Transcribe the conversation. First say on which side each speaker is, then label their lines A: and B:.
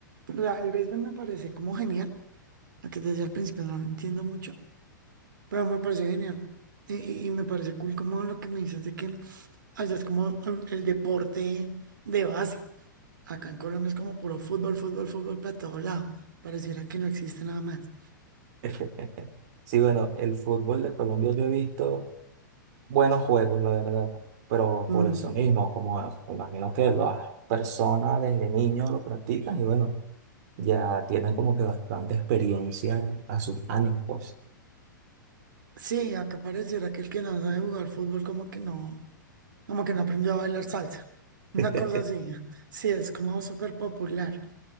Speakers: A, on the right; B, on the right.
A: o sea, el béisbol me parece como genial, aunque desde el principio no lo entiendo mucho, Pero me parece genial. Y, y- y me parece cool como lo que me dices de que allá es como mm, el deporte de base. Acá en Colombia es como puro fútbol, fútbol, fútbol para todo lado. Pareciera que no existe nada más.
B: <laughs> Sí, bueno, el fútbol de Colombia yo he visto buenos juegos, la verdad, pero
A: Mm,
B: por eso mismo, como me imagino que las personas desde niños lo practican y bueno, ya tienen como que bastante experiencia a sus años, pues.
A: Sí, acá pareciera que el que no sabe jugar fútbol como que no, como que no aprendió a bailar salsa. Una
B: <laughs>
A: cosa así. <laughs> Sí, es como súper popular.